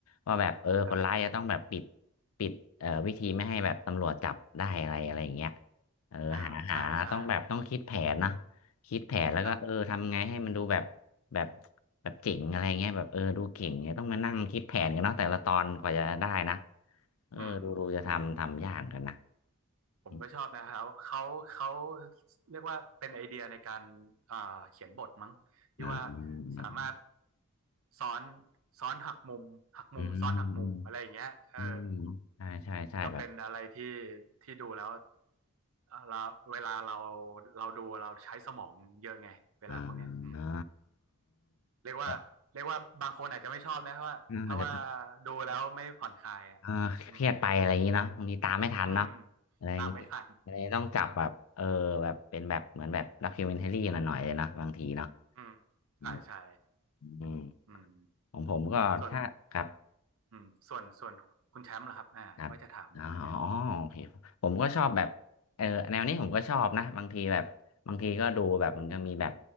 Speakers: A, on the left; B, on the right.
A: ว่าแบบเออคนร้ายจะต้องแบบปิด
B: ครับ
A: ปิดเอ่อวิธีไม่ให้แบบตำรวจจับได้อะไรอะไรอย่างเงี้ยเออหาหาต้องแบบต้องคิดแผนนะ
B: อ่าใช่ใช่
A: คิดแผนแล้วก็เออทำไงให้มันดูแบบ
B: ครับ
A: แบบแบบเจ๋งอะไรเงี้ยแบบเออดูเก่งเนี่ยต้องมานั่งคิดแผนกันเนาะแต่ละตอนกว่าจะได้นะเออดูดูจะทำทำยากกันนะ
B: อืมผมก็ชอบนะครับเขาเขา
A: อืม
B: เรียกว่าเป็นไอเดียในการอ่าเขียนบทมั้งที่ว่า
A: อ่
B: สามารถ
A: า
B: ซ้อนซ้อนหักมุมหักมุมซ้อนหักมุมอะไรอย่างเงี้ยเออ
A: อืมอืม อืมใช่ใช่ใช่แบบ
B: ก็เป็นอะไรที่ที่ดูแล้วเราเวลาเราเราดูเราใช้สมองเยอะไงเวลาพวกเนี้ยอืม
A: อ่าอ๋อ
B: เรียกว่าเรียกว่าบางคนอาจจะไม่ชอบนะเพราะว่าถ้าว่า
A: แบบอาจจะแบบ
B: ดูแล้วไม่ผ่อนคลายอ่ะอืม
A: เออเครียดไปอะไรอย่างนี้เนาะบางทีตามไม่ทันเนาะ
B: อืม
A: อะไรอย่างนี้อะไต้องจับแบบเออแบบเป็นแบบเหมือนแบบด็อกิวเมนทรี่หน่อยๆเลยเนาะบางทีเนาะ
B: ตามไม่ทันอืมใช่ใช่
A: อืมอืม
B: อืม
A: ของผมก็ถ้าครับ
B: ส่วนอืมส่วนส่วนคุณแชมป์เหรอครับอ่าว่าจะถามอยู่เหมือนกัน
A: ครับอ๋อโอเคผมก็ชอบแบบเออแนวนี้ผมก็ชอบนะบางทีแบบบางทีก็ดูแบบมันก็มีแบบ